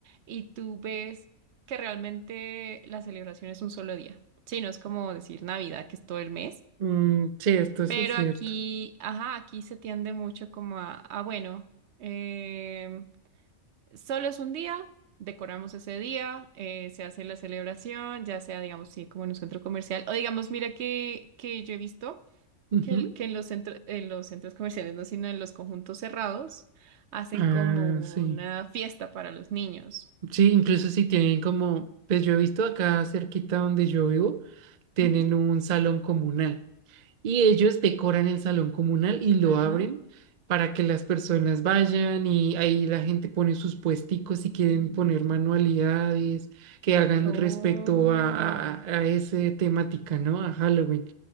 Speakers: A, on the right (about 65°); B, on the right (about 80°).
A: y tú ves que realmente la celebración es un solo día. Sí, no es como decir Navidad, que es todo el mes.
B: Mm, sí, esto
A: Pero
B: sí es cierto.
A: aquí, ajá, aquí se tiende mucho como a, a bueno. em, Solo es un día, decoramos ese día, eh, se hace la celebración, ya sea, digamos, sí, como en un centro comercial, o digamos, mira que, que yo he visto
B: Ujú.
A: que, el- que en los centros, en los centros comerciales, no, sino en los conjuntos cerrados, hacen
B: Ah,
A: como
B: sí.
A: una fiesta para los niños.
B: Sí, incluso si tienen como, pues yo he visto acá cerquita donde yo vivo, tienen
A: Ujú,
B: un salón comunal y ellos decoran el salón comunal y lo
A: Ajá.
B: abren para que las personas vayan y ahí la gente pone sus puesticos si quieren poner manualidades que hagan
A: Oh.
B: respecto a, a, a- a ese temática, ¿no? A Halloween.